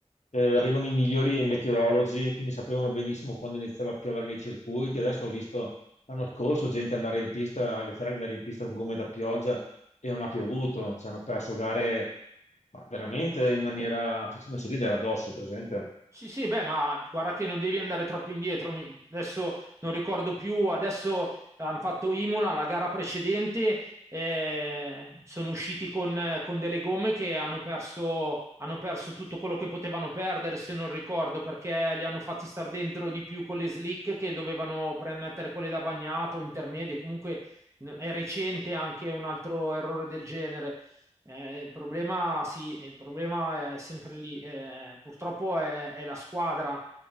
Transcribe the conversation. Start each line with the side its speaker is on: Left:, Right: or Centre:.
Left: eh, avevano i migliori meteorologi, quindi sapevano benissimo quando iniziava a piovere nei circuiti. Adesso ho visto l'anno scorso gente andare in pista, le Ferrari andare in pista con gomme da pioggia e non ha piovuto, ci hanno perso gare ma veramente in maniera facendoci ridere addosso, presente.
Right: Sì, sì, beh, ma guarda che non devi andare troppo indietro. Mi- Adesso non ricordo più, adesso hanno fatto Imola, la gara precedente, eh, sono usciti con, con delle gomme che hanno perso, hanno perso tutto quello che potevano perdere, se non ricordo, perché li hanno fatti star dentro di più con le slick che dovevano premettere quelle da bagnato, intermedie. Comunque n- è recente anche un altro errore del genere. Eh, il problema, sì, il problema è sempre lì. Eh, purtroppo è, è la squadra